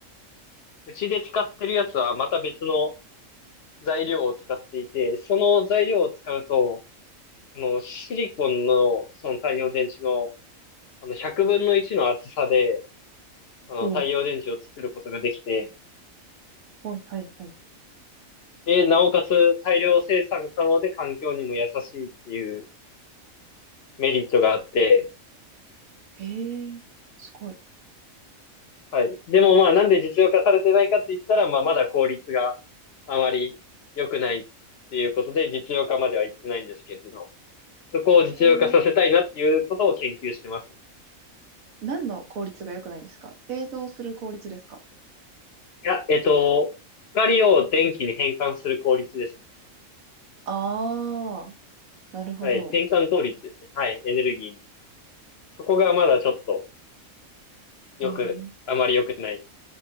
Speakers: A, on the left; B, on the right.
A: うちで使ってるやつはまた別の材料を使っていて、その材料を使うと、あの、シリコンの、その太陽電池の、あの、100分の1の厚さで、あの、
B: おう。
A: 太陽電池を作ることができて、
B: おい、はい、はい。
A: で、なおかつ大量生産可能で環境にも優しいっていうメリットがあって、
B: へえ、すごい。
A: はい。でもまあ、なんで実用化されてないかって言ったら、まあ、まだ効率があまり良くないっていうことで、実用化までは行ってないんですけれど、そこを実用化させたいなっていうことを研究してますね。
B: へえ何の効率が良くないんですか製造する効率ですか
A: いや、えっと、光を電気に変換する効率ですね。
B: ああー、なるほど。
A: はい。変換効率ですね。はい。エネルギーに。そこがまだちょっと
B: へえ
A: 良く、あまり良くない